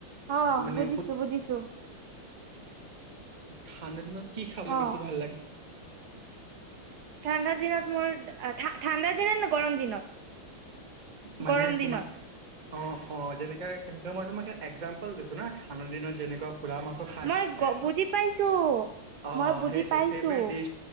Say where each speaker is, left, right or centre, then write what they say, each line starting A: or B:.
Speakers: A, on the right (about 85°); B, on the right (about 30°).
A: অ
B: মানে
A: বুজিছো বুজিছো
B: ঠাণ্ডা দিনত কি খাবলে
A: অ।
B: বেছি ভাল লাগে
A: ঠাণ্ডাৰ দিনত মোৰ ঠাণ্ডাৰ দিনত ন গৰম দিনত
B: মানে
A: গৰম
B: তোমাৰ
A: দিনত
B: অ অ যেনেকা কেনেকা মই জাষ্ট এক্জাম্পল দিছো ন ঠাণ্ডা দিনত যেনেকুৱা পোৰা মাংস খাই
A: মই
B: মানুহে
A: গ বুজি পাইছো
B: অ
A: মই বুজি
B: সেইটোৱে
A: পাইছো
B: ফেভৰেট ডিচ